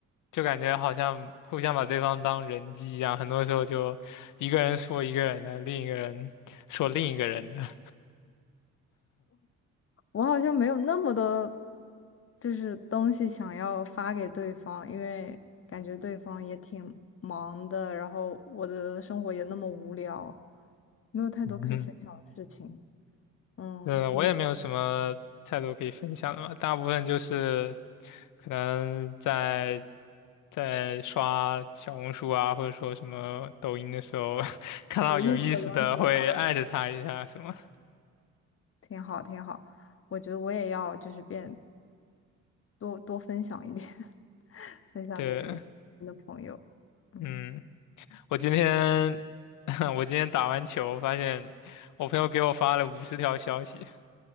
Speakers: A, on the left; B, on the left.
A: 就感觉好像互相把对方当人机一样，很多时候就一个人说一个人的，另一个人说另一个人的。
B: 我好像没有那么多，就是东西想要发给对方，因为感觉对方也挺忙的，然后我的生活也那么无聊，没有太多可以分享的事情。
A: <laughs> 嗯哼。
B: 嗯，
A: 呃，
B: 你
A: 我也没有什么太多可以分享的嘛，大部分就是可能在在刷小红书啊，或者说什么抖音的时候，<laughs> 看到有意思的会艾特他一下什么。
B: 有意思的东西找到挺好，挺好。我觉得我也要就是变多多分享一点，<laughs> 分享给你的朋友。
A: 对，
B: 嗯，
A: 嗯，我今天 <laughs> 我今天打完球，发现我朋友给我发了五十条消息。